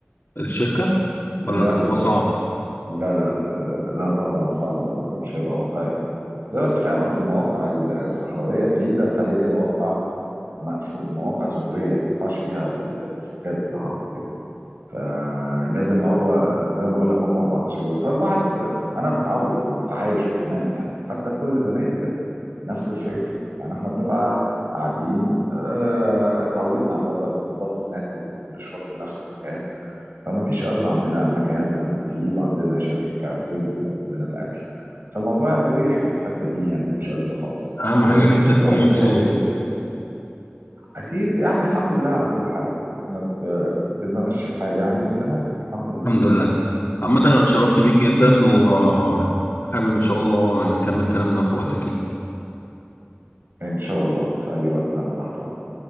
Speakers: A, on the left (about 55°); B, on the right (about 60°).
A: الشركه
B: لا
A: ولا الموضوع صعب
B: لا لا لا طبعا صعب برضه مش هيبقى واقعي زي ما انت فاهم اصل المواقع الصحراويه بعيده فهي مواقع مقفول مواقع ذكوريه ما تنفعش فيها الستات العرب كده فلازم هو زي ما بقول لك هم 14 يوم فالواحد انا متعود ومتعايش تمام يعني وحتى كل زمايلي كده نفس الفكره يعني احنا بنبقى قاعدين اه، اتعودنا على الوضع برضه بناكل ونشرب في نفس المكان فما فيش أزمة عندنا مكان بناكل فيه وعندنا شركة كاترينج بتقدم لنا الأكل فالموضوع يعني مريح في الحتة دي يعني ما فيهوش أزمة خالص
A: اهم
B: هي
A: حاجه
B: بس
A: ان انت
B: الفكرة
A: تكون
B: بس
A: مبسوط
B: هي ال- أكيد يعني الحمد لله على كل حال احنا ب- بنمشي الحال يعني وتمام الحمد لله
A: الحمد لله عامة أنا اتشرفت بيك جدا وحابب إن شاء الله نكمل كلامنا في وقت تاني
B: إن شاء الله في أي وقت أنا تحت أمرك